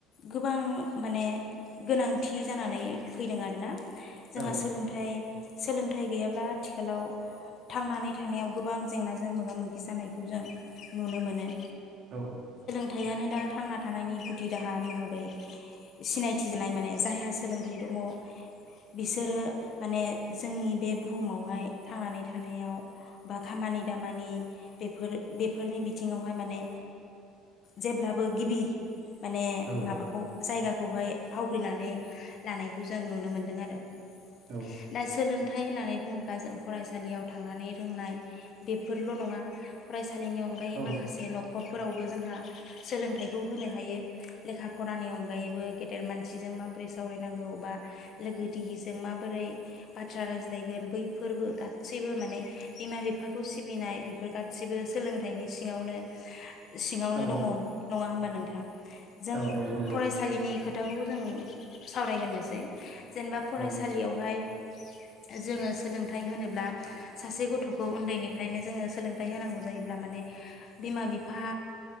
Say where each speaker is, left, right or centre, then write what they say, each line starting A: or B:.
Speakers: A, on the left (about 45°); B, on the right (about 50°).
A: गोबां माने गोनांथि जानानै फैदों आरोना जोंहा
B: औ
A: सोलोंथाइ सोलोंथाइ गैयाब्ला आथिखालाव थांनानै थानायाव गोबां जेंनाजों मोगा मोगि जानायखौ जों नुनो मोनो।
B: औ
A: हायथायानो दा थांना थानायनि गुदि राहा महरै सिनायथि जानाय माने जायहा सोलोंथाइ दङ बिसोरो माने, जोंनि बे बुहुमावहाय थांनानै थानायाव बा खामानि दामानि बेफोर बेफोरनि बिथिङावहाय माने जेब्लाबो गिबि, माने
B: औ
A: माबाखौ जायगाखौ खौहाय आवग्रिनानै लानायखौ जों नुनो मोनदों आरो
B: औ
A: सोलोंथाइ होननानै बुङोब्ला जों फरायसालियाव थांनानै रोंनाय बेफोरल' नङा फराय थालिनि अनगायै
B: औ
A: माखासे न'खर फोरावबो जोंहा सोलोंथाइखौ होनो हायो लेखा फरानि अनगायैबो गेदेर मानसिजों माबोरै सावरायनांगौ बा लोगो दि जों माबोरै बाथ्रा रायज्लायगोन बैफोरबो गासैबो माने बिमा बिफा खौ सिबिनाय बेफोर गासिबो सोलोंथाइनि सि सिङावनो सिङावनो
B: औ
A: दङ नङा होमबा नोंङो, नोंथां जों
B: औ औ नंगौ
A: फरायसालिनि खोथाखौ जों सावरायगोरोसै <unintelligible> जेनेबा फरायसालियावहाय
B: औ
A: जोङो सोलोंथाइ होनोब्ला सासे गथ'खौ उन्दैनिफ्रायनो जोङो सोलोंथाइ होनांगौ जायोब्ला माने बिमा बिफा